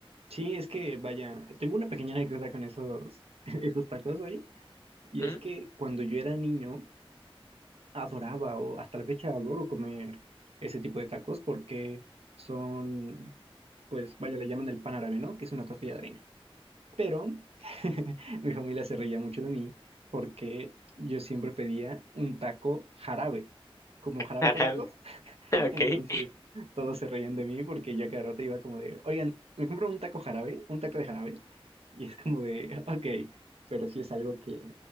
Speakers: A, on the right; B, on the left.
A: sí, es que vaya, tengo una pequeña anécdota con esos, <laughs> esos tacos, vaya. Y
B: ¿Mm?
A: es que cuando yo era niño, adoraba o hasta la fecha adoro comer ese tipo de tacos porque son, pues vaya, le llaman el pan árabe, ¿no? Que es una tortilla de harina. Pero <laughs> mi familia se reía mucho de mí porque yo siempre pedía un taco jarabe, como jarabe
B: Árabe.
A: para
B: <laughs> Ok.
A: entonces todos se reían de mí porque yo a cada rato iba como de, oigan, me compro un taco jarabe, un taco de jarabe. Y es como de, <laughs> ok, pero sí es algo que,